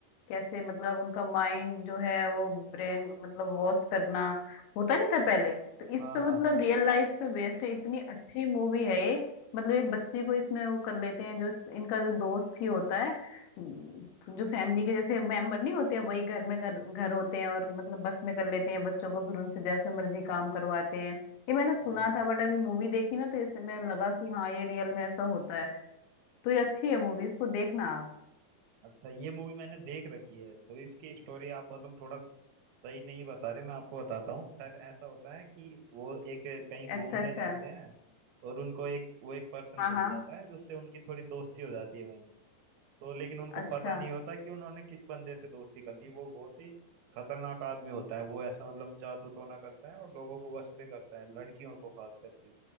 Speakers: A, on the left; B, on the right.
A: कैसे मतलब उनका माइंड जो है वो ब्रेन मतलब वॉश करना होता नहीं था पहले तो इस
B: हाँ
A: पे मतलब
B: हाँ
A: रियल लाइफ पे बेस्ड है इतनी अच्छी मूवी है ये मतलब एक बच्ची को इसमें वो कर लेते हैं जो इस- इनका जो दोस्त ही होता है उम, जो फैमिली के जैसे मेंबर नहीं होते हैं वही घर में घर घर होते हैं और मतलब बस में कर लेते हैं बच्चों को फिर उनसे जैसे मर्जी काम करवाते हैं ये मैंने सुना
B: हाँ हाँ
A: था बट अभी मूवी देखी ना तो इससे मैं लगा कि हाँ ये रियल में ऐसा होता है तो ये अच्छी है मूवी इसको देखना आप
B: अच्छा ये मूवी मैंने देख रखी है तो इसकी स्टोरी आप मतलब थोड़ा सही नहीं बता रहे मैं आपको बताता हूँ शायद ऐसा होता है कि वो एक कहीं
A: अच्छा
B: घूमने
A: अच्छा
B: जाते हैं और उनको एक वो एक पर्सन
A: हाँ
B: मिल
A: हाँ
B: जाता है जिससे उनकी थोड़ी दोस्ती हो जाती है वहीं तो लेकिन उनको
A: अच्छा
B: पता नहीं होता कि उन्होंने किस बंदे से दोस्ती कर ली वो बहुत ही खतरनाक आदमी होता है वो ऐसा मतलब जादू टोना करता है और लोगों को वश में करता है लड़कियों को खास करके